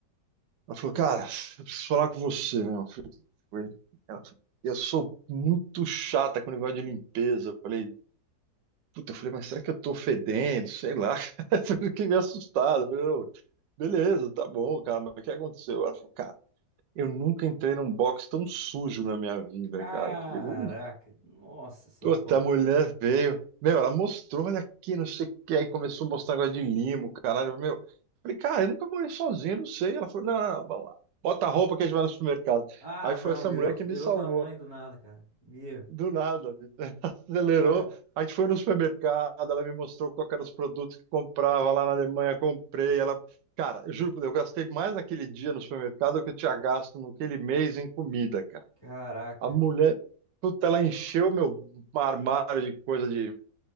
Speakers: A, on the right; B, on the left.
A: Ela falou, cara, eu preciso falar com você, meu. Eu falei, Ela falou, eu sou muito chata com o negócio de limpeza. Eu falei, puta, eu falei, mas será que eu tô fedendo? Sei lá. <laughs> Eu Fiquei meio assustado. Eu falei, não, beleza, tá bom, cara, mas o que aconteceu? Ela falou, cara, eu nunca entrei num box tão sujo na minha vida,
B: Caraca,
A: cara. Eu falei, ui,
B: nossa, só
A: Outra
B: falta.
A: mulher veio. Meu, ela mostrou, olha aqui, não sei o que. Aí começou a mostrar negócio de limo, caralho. Meu, falei, cara, eu nunca morei sozinho, não sei. Ela falou, não, não, vamos lá. Bota a roupa que a gente vai no supermercado.
B: Ah,
A: Aí foi
B: não,
A: essa
B: virou,
A: mulher
B: virou
A: que me salvou.
B: tua mãe do nada, cara. Meu,
A: Do nada, bicho. <laughs> acelerou.
B: ah,
A: A gente foi no supermercado, ela me mostrou qual que eram os produtos que comprava lá na Alemanha, comprei. Ela, cara, eu juro por Deus, eu gastei mais naquele dia no supermercado do que eu tinha gasto naquele mês em comida, cara.
B: caraca.
A: A mulher,
B: velho.
A: puta, ela encheu meu armário de coisa de